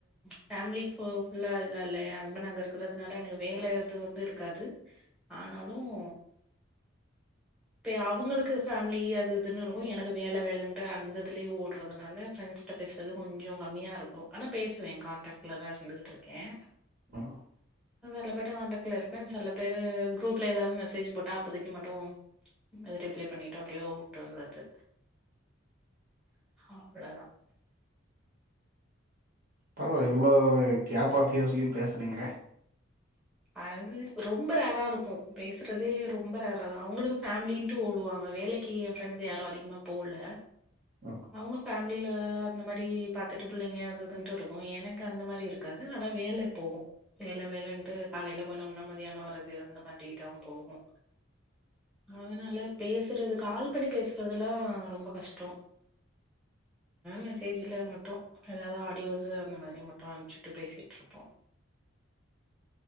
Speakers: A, in the centre; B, on the right.
A: ஃபேமிலி ஃபுல்லா இதா இல்லயா ஹஸ்பண்ட் அங்க இருக்கறதுனால எனக்கு வேல எது வந்து இருக்காது ஆனாலும் பே அவங்களுக்கு ஃபேமிலி அது இதுன்னு இருக்கும் எனக்கு வேல வேலன்ட்டு அந்த இதுலயே ஓடுறதுனால ஃப்ரெண்ட்ஸிட்ட பேசுறது கொஞ்சம் கம்மியா இருக்கும் ஆனா பேசுவேன் கான்டாக்ட்ல தான் இருந்துகிட்டு இருக்கேன்
B: ம்.
A: சில பேர்ட்ட காண்டாக்ட்ல இருப்பேன் சில பேர் குரூப்ல ஏதாவது மெசேஜ் போட்டா அப்போதைக்கு மட்டும் து ரிப்ளை பண்ணிட்டு அப்படியே விட்டுறது அவ்வளதான்
B: பரவாயில்ல இவ்வளோ கேப் <unintelligible> பேசுறீங்க
A: அது ரொம்ப ரேரா இருக்கும் பேசுறதே ரொம்ப ரேரா தான் அவங்களுக்கு ஃபேமிலின்ட்டு ஓடுவாங்க வேலைக்கு என் ஃப்ரெண்ட்ஸ் யாரும் அதிகமா போல
B: ம்.
A: அவங்க ஃபேமிலியில அந்த மாதிரி பாத்துட்டு பிள்ளைங்க அதுதுன்ட்டு இருக்கும் எனக்கு அந்த மாரி இருக்காது ஆனா வேல போகும் வேல வேலனு காலில போனம்னா மத்தியானம் வறது அந்த மாரி தான் போகும் அதனால பேசுறது கால் பண்ணி பேசுறதுலா ரொம்ப கஷ்டம் மெசுஜல மட்டும் ஏதாவது ஆடியோஸு அந்த மாரி மட்டும் அன்ப்சிட்டு பேசிட்டு இருப்போம்